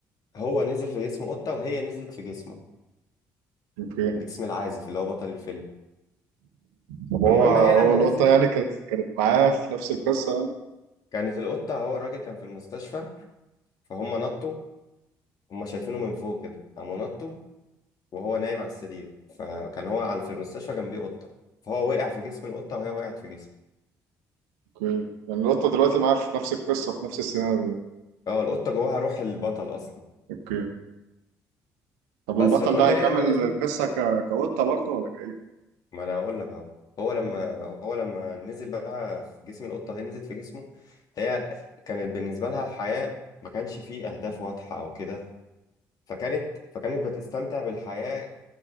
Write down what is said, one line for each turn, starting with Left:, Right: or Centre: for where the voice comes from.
Left: هو نزل في جسم قطة وهي نزلت في جسمه
Right: اوكي
Left: جسم العازف اللي هو بطل الفيلم
Right: طب هو
Left: فالمهم هي لما
Right: هو القطه
Left: نزلت
Right: يعني كانت كانت معاه في نفس القصه يعني؟
Left: كانت القطة هو الراجل كان في المستشفى فهم نطوا هم شايفينه من فوق كده قاموا نطوا وهو نايم على السرير فكان هو على في المستشفى جنبيه قطة فهو وقع في جسم القطة وهي وقعت في جسمه
Right: اوكي يعني لوطة دلوقتي معاه في نفس القصة في نفس السيناريو
Left: هو القطة جواها روح البطل أصلا
Right: اوكي طب
Left: بس
Right: والبطل
Left: فالمهم
Right: ده هيكمل
Left: هي لما نزلت
Right: القصة ك... كقطة برضه ولا كايه؟
Left: ما أنا هقول لك أهو هو لما هو لما نزل بقى في جسم القطة هي نزلت في جسمه هي كانت بالنسبة لها الحياة ما كانش فيه أهداف واضحة أو كده فكانت فكانت بتستمتع بالحياة